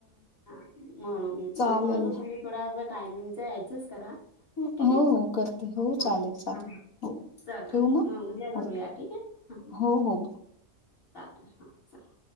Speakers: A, on the left; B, on the left.
A: हा म्हणून
B: चालेल
A: मग थोडस तुम्ही थोड टाइमिंगचा ऍडजस्ट करा.
B: हो
A: ठीक आहे
B: हो करते हो
A: ह
B: चालेल चालेल
A: हा हा.
B: हो
A: चला
B: ठेवू
A: मग उद्या
B: हो
A: करूया ठीक आहे.
B: हो. हो.
A: चालतंय हा चला